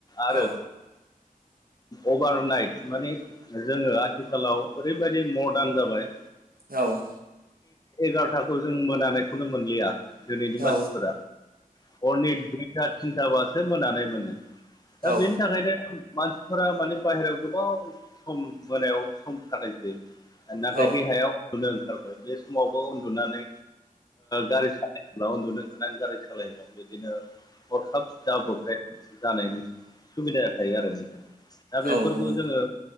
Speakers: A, on the left (about 25°); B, on the right (about 80°).
A: आरो
B: औ <inaudible>
A: अभार नाइट माने जोङो आथिखालाव ओरैबायदि मडार्न जाबाय।
B: औ
A: एगार'थाखौ जों मोनायखौनो मोनलिया। दिनैनि मानसिफोरा
B: औ
A: हरनि दुइथा थिनथाबासो मोनानाय मोनो। दा
B: औ
A: बेनि थाखायनो मानसिफोरा माने बाहेरायाव गोबाव सम मोनायाव सम थानायसै। नाथाय
B: औ औ
A: देहाया उन्दुनो ओंखारबाय बे समावबो उन्दुनानै गारि सालाय जब्ला उन्दुनो ओंखारनानै गारि सालायो बिदिनो हरखाब जाब्रबथाय जानायनि सुबिदाया थायो आरो नोंथां दा
B: उम औ
A: बेफोरखौ
B: नंगौ
A: जोङो